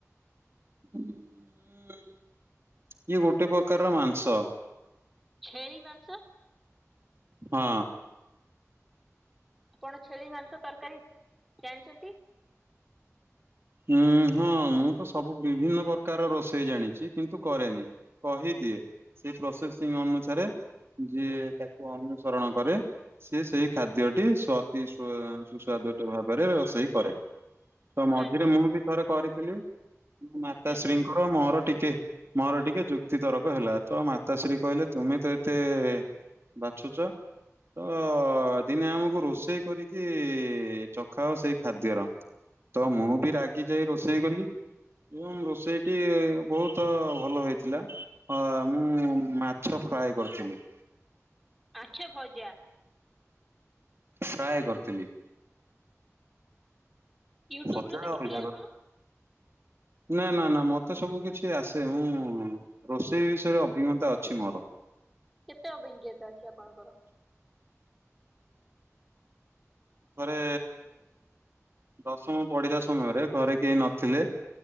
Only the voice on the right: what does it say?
ଉଁ ଇଏ ଗୋଟେ ପ୍ରକାରର ମାଂସ।
ହଁ।
ଉଁ ହଁ ମୁଁ ତ ସବୁ ବିଭିନ୍ନ ପ୍ରକାର ରୋଷେଇ ଜାଣିଛି, କିନ୍ତୁ କରେନି। କହିଦିଏ। ସେଇ ପ୍ରୋସେସିଂ ଅନୁସାରେ ଯିଏ ତାକୁ ଅନୁସରଣ କରେ। ସିଏ ସେଇ ଖାଦ୍ୟଟି ସ୍ଵ ଅତି ସ୍ୱ ସୁସ୍ୱାଦ ଟି ଭାବରେ ରୋଷେଇ କରେ। ତ ମଝିରେ
ମୁଁ ବି ଥରେ କରିଥିଲି। ମାତା
ଶ୍ରୀଙ୍କର ମୋର ଟିକେ ମୋର ଟିକେ ଯୁକ୍ତି ତରକ ହେଲା। ତ ମାତାଶ୍ରୀ କହିଲେ ତୁମେ ତ ଏତେ ବାଛୁଚ ତ ଦିନେ ଆମକୁ ରୋଷେଇ କରିକି ଚଖାଅ ସେଇ ଖାଦ୍ୟର। ତ ମୁଁ ବି ରାଗି ଯାଇ ରୋଷେଇ କଲି। ଏବଂରୋଷେଇଟି ବହୁତ ଭଲ ହେଇଥିଲା। ହଁ ମୁଁ ମାଛ ଫ୍ରାଏ କରିଥିଲି।
ଫ୍ରାଏ କରିଥିଲି।
ଭଜା
ଅଲଗା
କଥା। ନା ନା ନା ମତେ ସବୁ କିଛି ଆସେ। ମୁଁ ରୋଷେଇ ବିଷୟରେ ଅଭିଜ୍ଞତା ଅଛି ମୋର।
ଥରେ ଦଶମ ପଢିଲା ସମୟରେ, ଘରେ କେହି ନଥିଲେ।